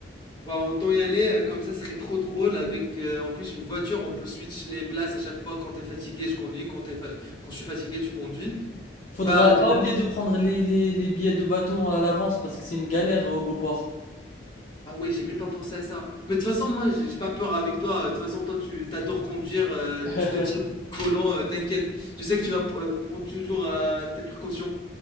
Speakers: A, on the left; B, on the left.
A: Bah autant y aller, euh, comme ça ce serait trop drôle avec euh, en plus une voiture, on peut switch les places à chaque fois, quand t'es fatigué je conduis, quand t'es fa- quand je suis fatigué tu conduis.
B: Faudra
A: Bah déjà-
B: pas oublier de prendre les, les, les billets de bateau à l'avance parce que c'est une galère au, au port.
A: ah ouais, j'ai même pas pensé à ça. Mais de toute façon moi j'ai j'ai pas peur avec toi, euh, de toute façon toi tu t'adores conduire, euh,
B: <laughs>
A: tu donnes jamais le volant, euh, t'inquiète. Je sais que tu vas pr- euh, prendre toujours euh, tes précautions.